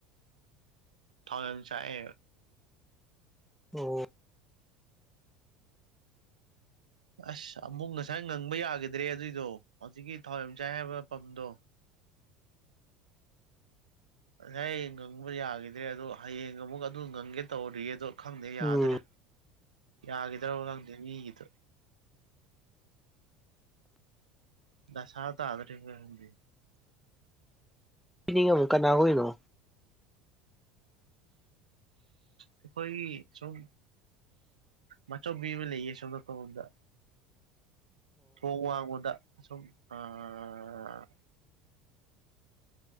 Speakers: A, on the right; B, in the centre.
A: ꯊꯥꯎ ꯌꯥꯝ ꯆꯥꯛꯑꯦꯒ
B: ꯑꯣ
A: ꯑꯁ ꯑꯃꯨꯛ ꯉꯁꯥꯏ ꯉꯪꯕ ꯌꯥꯈꯤꯗ꯭ꯔꯦ ꯑꯗꯨꯏꯗꯣ ꯍꯧꯖꯤꯛꯀꯤ ꯊꯥꯎ ꯌꯥꯝ ꯆꯥꯏ ꯍꯥꯏꯕ ꯄꯝꯗꯣ ꯉꯁꯥꯏ ꯉꯪꯕ ꯌꯥꯒꯤꯗ꯭ꯔꯦ ꯑꯗꯣ ꯍꯌꯦꯡ ꯑꯃꯨꯛ ꯑꯗꯨ ꯉꯪꯒꯦ ꯇꯧꯔꯤꯌꯦ ꯑꯗꯣ ꯈꯪꯗꯦ ꯌꯥꯗꯔꯦ
B: ꯎꯝ
A: ꯌꯥꯒꯤꯗ꯭ꯔꯕ ꯈꯪꯗꯦ ꯃꯤꯒꯤꯗꯨ ꯗꯁꯥ ꯇꯥꯒꯗꯧꯔꯤꯕ꯭ꯔꯥ ꯈꯪꯗꯦ
B: ꯄꯤꯅꯤꯡꯉꯝ ꯀꯅꯥ ꯑꯣꯏꯅꯣ <inaudible>
A: ꯑꯩꯈꯣꯏꯒꯤ ꯁꯨꯝ ꯃꯥꯆꯧꯕꯤ ꯑꯃ ꯂꯩꯌꯦ ꯁꯣꯝ ꯃꯄꯥꯟ ꯂꯣꯝꯗ
B: <inaudible>
A: ꯊꯣꯡ ꯋꯥꯡꯃꯗ ꯑꯁꯨꯝ ꯑꯥ